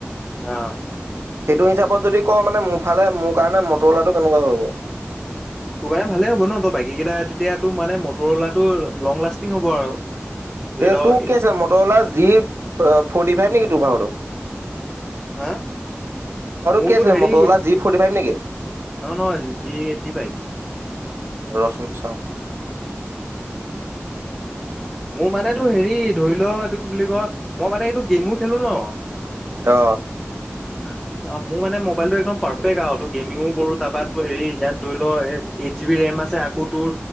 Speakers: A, in the centre; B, on the right (about 70°).
A: অ'।
B: সেইটো হিচাপত যদি কওঁ মানে মোৰ ফালে মোৰ কাৰণে মট'অলাটো কেনেকুৱা হ'ব?
A: তোৰ কাৰণে ভালে হ'ব ন তই বাকী কেইটা তেতিয়াতো মানে মট'অলাটো লং লাষ্টিং হ'ব আৰু। ধৰি
B: সেইটো
A: ল এ
B: কি আছিলে মট'অলা জি অ' ফৰ্টি ফাইভ নেকি তোৰ ভাগটো?
A: হা? মোৰতো
B: কি আছিলে
A: হেৰি,
B: মটৰলা জি ফৰ্টি ফাইভ নেকি?
A: নহয় নহয় জি এইট্ৰি ফাইভ।
B: ৰ'হচোন চাওঁ।
A: মোৰ মানেটো হেৰি ধৰি লওঁ এইটো কি বুলি কয় মই মানে এইটো গেমো খেলু ন।
B: অ'।
A: <inaudible> অ', মোৰ মানে মোবাইলটো একদম পাৰ্ফেক্ট আৰু তোৰ গেমিংও কৰো তাৰ পৰা তোৰ হেৰি ইয়াত ধৰি লোৱা এ এইট জি বি ৰেম আছে আকৌ তোৰ